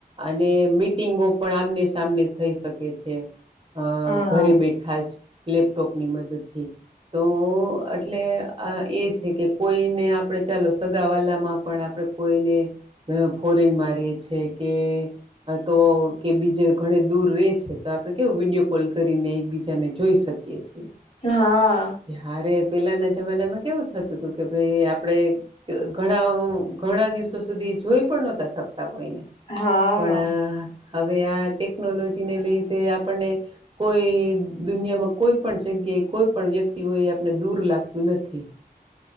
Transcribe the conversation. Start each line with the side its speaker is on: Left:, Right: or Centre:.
Right: અને મિટિંગો પણ સામને સામને થઈ શકે છે અ
Left: હા
Right: ઘરે બેઠા જ લેપટોપની મદદથી તો એટલે આ એ છે કે કોઈને આપડે ચાલો સગા વાલામાં પણ આપ કોઈને ફોરેન મારીએ છે કે તો કે બીજે ઘ દૂર રે છે તો આપડણે કેવું વિડીયો કોલ કરીને એકબીજાને જોઈ શકીએ છીએ
Left: હા
Right: ત્યારે પેલાના જમાનામાં કેવું થતું હતું કે ભાઈ આપણે ઘણા ઘણા દિવસો સુધી જોઈ પણ નહોતા શક પણ
Left: હા
Right: હવે આ ટેકનોલોજીને લીધે આપને કોઈ દુનિયામાં કોઈ પણ જગ્યાએ કોઈ પણ વ્યક્તિ હોય એ આપને દૂર લાગતું નથી